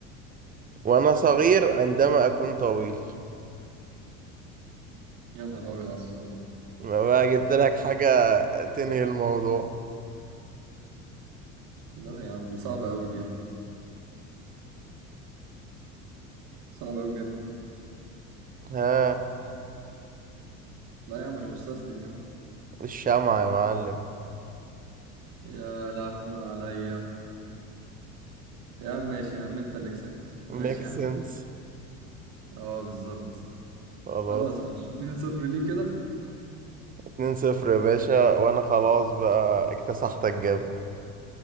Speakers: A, on the right (about 20°); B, on the right (about 55°).
A: وانا صغير عندما اكون طويل
B: يا نهار أبيض على الصعوبة
A: ما بقى جبت لك حاجة تنهي الموضوع
B: لا يا عم دي صعبة أوي دي يا أحمد صعبة أوي بجد
A: ها
B: لا يا عم أنا مستسلم يا عم
A: الشمعة يا معلم
B: يا لهوي عليا يا عم ماشي يا عم أنت اللي كسبت
A: <laughs>
B: ماشي
A: ميك سنس
B: يا عم أه بالظبط
A: خلاص
B: خلاص ماشي 2-0 ليه كده
A: اتنين صفر يا باشا وانا خلاص بقى اكتسحتك جامد